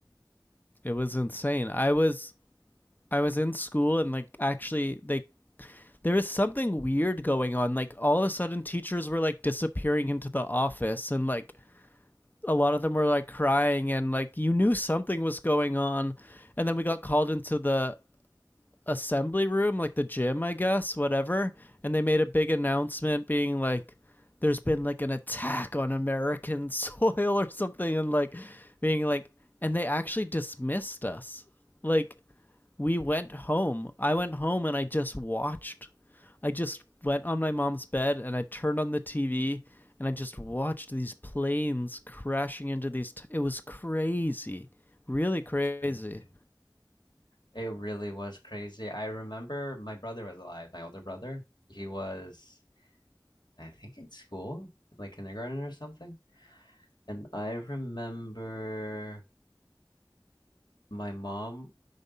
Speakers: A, on the left (about 20°); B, on the left (about 65°).
A: It was insane. I was I was in school and like actually they there is something weird going on. Like all of a sudden teachers were like disappearing into the office and like a lot of them were like crying and like you knew something was going on. And then we got called into the assembly room, like the gym, I guess, whatever. And they made a big announcement being like, there's been like an attack on American <laughs> soil or something. And like, being like, and they actually dismissed us. Like, we went home. I went home and I just watched. I just went on my mom's bed and I turned on the TV and I just watched these planes crashing into these. T- it was crazy, really crazy.
B: It was crazy. It really was crazy. I remember my brother was alive, my older brother. He was, I think, in school, like kindergarten or something. And I remember my mom,